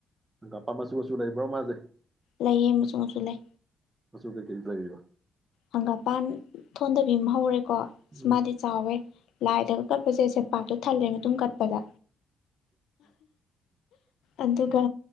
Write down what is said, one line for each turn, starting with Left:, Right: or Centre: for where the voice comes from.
Right: ꯍꯪꯒꯄꯥꯟ ꯃꯆꯨ ꯃꯆꯨ ꯂꯩꯕ꯭ꯔꯣ ꯃꯥꯁꯦ
Left: ꯂꯩꯌꯦ ꯃꯆꯨ ꯃꯆꯨ ꯂꯩ
Right: ꯃꯆꯨ ꯀꯩ ꯀꯩ ꯂꯩꯔꯤꯕ
Left: ꯍꯪꯒꯥꯄꯥꯟ ꯊꯣꯟꯗꯕꯤ ꯑꯃ ꯍꯧꯔꯦꯀꯣ ꯑ
Right: ꯎꯝ
Left: ꯃꯥꯗꯤ ꯆꯥꯎꯋꯦ ꯂꯥꯏꯗꯒ ꯀꯠꯄꯁꯦ ꯁꯦꯝꯄꯥꯛꯇꯣ ꯊꯜꯂꯦ ꯃꯇꯨꯝ ꯀꯠꯄꯗ ꯑꯗꯨꯒ